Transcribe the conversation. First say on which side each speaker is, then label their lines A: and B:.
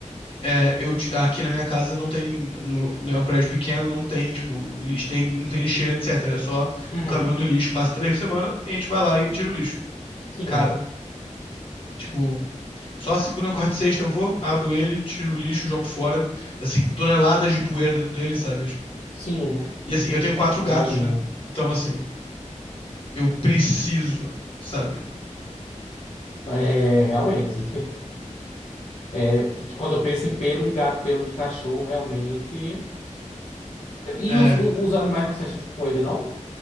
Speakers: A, on the left (about 45°); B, on the left (about 65°).
A: é, eu, ti- aqui na minha casa não tem, no- não é um prédio pequeno, não tem, tipo, lix, tem, não tem lixeira, etc. É só
B: Uhum.
A: o caminhão do lixo passa três por semana e a gente vai lá e tira o lixo.
B: Sim.
A: Cara, tipo, só segunda, quarta e sexta eu vou, abro ele, tiro o lixo, jogo fora. Assim, toneladas de poeira dentro dele, sabe? É, Tipo,
B: Sim,
A: E assim, eu tenho quatro
B: imagino.
A: gatos, né? Então, assim, eu preciso, sabe?
B: É, realmente. <laughs> É, quando eu penso em pelo de gato, pelo de cachorro, realmente.
A: É.
B: E os, os animais não se assustam com ele, não?